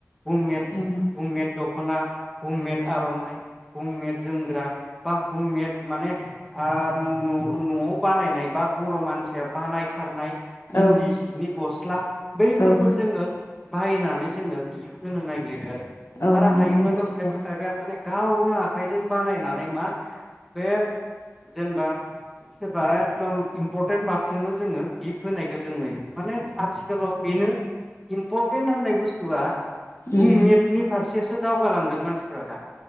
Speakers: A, in the centre; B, on the left (about 60°).
A: बुम मेद
B: औ औ
A: बुम मेद। दख'ना। अममेट आर'नाइ। उ मेद जोमग्रा। बा हुममेट माने आर न'-न'आव बानायनाय बा बर' मानसिया बानायथारनाय।
B: औ
A: इन्दिजिनिब गस्ला। बैफोरखौ
B: औ
A: जोङो बायनानै जोङो गिफ होनो नायगिरो आरो
B: औ
A: आरो
B: नंगौ
A: हायोबाथ'
B: नोंथां
A: खायफा
B: औ
A: खायफाया मानेग गावनो आखाइजों बानायनानै मा बे जेनबा सोरबा एकदम इम्परटेन्ट पार्सनेलन जोङो गिफ होनायखो जों नुयो माने आथिखालाव बेनो इम्परटेन्ट होननाय बुस्थुआ
B: उम
A: हुममेटनि फारसेस सो दावगालांदों मानसिफ्रा दा।